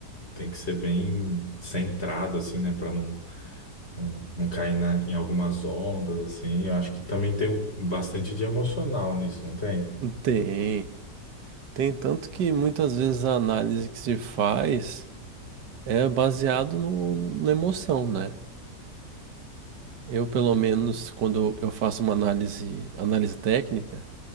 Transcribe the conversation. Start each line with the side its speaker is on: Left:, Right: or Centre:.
Left: tem que ser bem centrado, assim, né? Pra não, não, não cair na, em algumas ondas, assim. Eu acho que também tem um- bastante de emocional nisso, não tem?
Right: Tem. Tem tanto que muitas vezes a análise que se faz é baseado no, na emoção, né? Eu, pelo menos, quando eu faço uma análise, análise técnica,